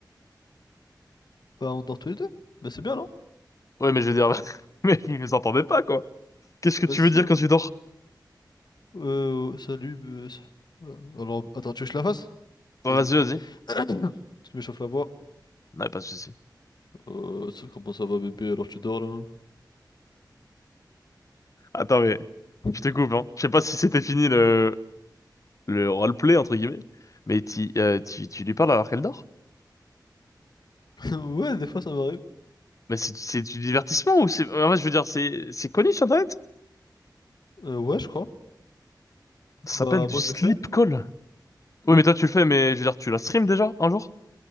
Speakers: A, on the left; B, on the left.
A: Bah on dort tous les deux. Bah c'est bien, non?
B: Ouais, mais je veux dire... <laughs> Mais vous vous entendez pas, quoi. Qu'est-ce que tu
A: Bah si.
B: veux dire
A: hein.
B: quand tu dors?
A: Euh, salut. bah, c'est- euh, alors, attends, tu veux que je la fasse?
B: Bah,
A: Vas-y.
B: vas-y, vas-y.
A: <coughs> <clears throat> Tu m'échauffes la voix.
B: Ouais, pas de souci.
A: Euh, ça- comment ça va bébé, alors tu dors là?
B: Attends, mais...
A: <laughs>
B: Je te coupe, hein. Je sais pas si c'était fini le... Le roleplay, entre guillemets. Mais tu, euh, tu, tu lui parles alors qu'elle dort?
A: Ouais, des fois ça m'arrive.
B: Mais c'est c'est du divertissement ou c'est... En fait, je veux dire, c'est c'est connu sur Internet?
A: Euh, ouais, je crois.
B: Ça
A: Bah
B: s'appelle du
A: moi
B: sleep
A: je le fais.
B: call.
A: Oui.
B: Oui, mais toi, tu le fais, mais je veux dire, tu la stream déjà un jour?